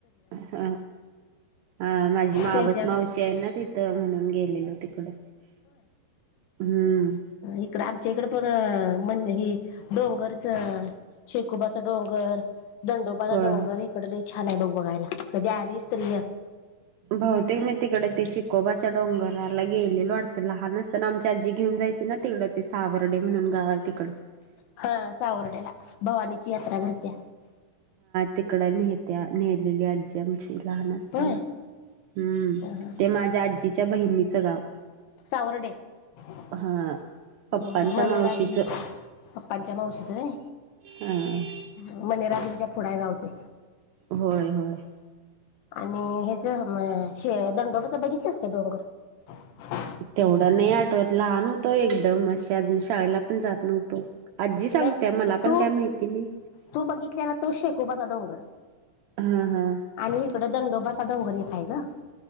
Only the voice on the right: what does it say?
हा, हा, माझी मावस
मावशी आहे ना ति. म्हणून गेलेलो तिकड. हम्म
होय
बहुतेक मी तिकडे ते शिकोबाच्या डोंगराला गेलेल वाटतं लहानच. तर आमची आजी घेऊन जायची ना तेवढं ते सावर्डे म्हणून गाव आहे तिकडे.
तिकडं नेहेत्या नेलेली आजी आमची. लहान असताना
हम्म
ते माझ्या आजीच्या बहिणीचं गाव.
हा पप्पांच्या
मावशीचं
हा
होय होय
तेवढं नाही आठवत लहान होतो एकदम म अजून शाळेला पण जात नव्हतो आजी सांगत्या
मला
पण काय माहिती नाही
हा हा